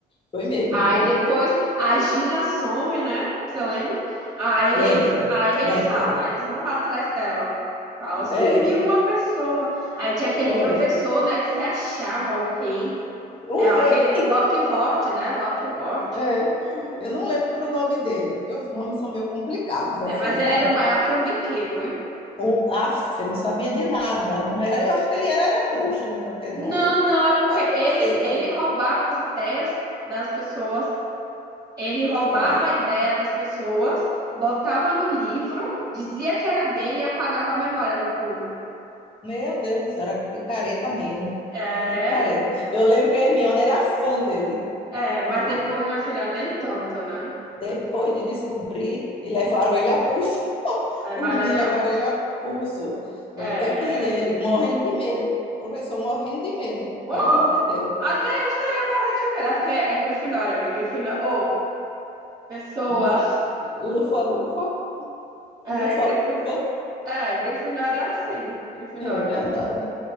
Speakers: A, on the left (about 30°); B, on the right (about 25°).
A: Foi mesmo,
B: Aí
A: viu?
B: depois a Gina some, né? Você lembra? Aí
A: Lembro,
B: eles, aí eles
A: lembro.
B: falam, aí eles vão lá atrás dela. Fala, sumiu
A: É,
B: uma pessoa. Aí tinha aquele
A: foi.
B: professor, né, que se achava o rei.
A: O
B: É
A: rei,
B: aquele Lockhart, né? Lockhart.
A: é. Eu não lembro o nome dele, porque os nomes são meio complicados, assim,
B: É, mas ele
A: sabe?
B: era o maior trambiqueiro, hein?
A: Um, af, eu não sabia de nada. Não era, eu acho que ele era, era trouxa, né? não era aquele
B: Não,
A: nome.
B: não, é porque
A: É possível.
B: ele, ele roubava as ideias das pessoas. Ele roubava
A: Meu Deus.
B: a ideia das pessoas, botava no livro, dizia que era dele e apagava a memória do povo.
A: Meu Deus do céu, era picareta mesmo.
B: É,
A: Picareta. Eu lembro que a Hermione era fã dele.
B: é, mas
A: Ah,
B: depois, minha filha, nem tanto, né?
A: Depois de descobrir, e levaram ele a pulso. <laughs>
B: Levaram
A: Os meninos
B: ele
A: levaram
B: a pulso.
A: ele a pulso.
B: É.
A: Você que ir, ele, morrendo de medo. O professor morrendo de medo.
B: Bom,
A: Pelo amor de Deus.
B: até eu estaria morrendo de medo, porque é Grifinória, mas Grifinória. Ô, pessoa.
A: Lufa, lufa, lufa,
B: É,
A: lufa,
B: Grifin...
A: lufa.
B: é, Grifinória é assim. Grifinória.
A: É verdade.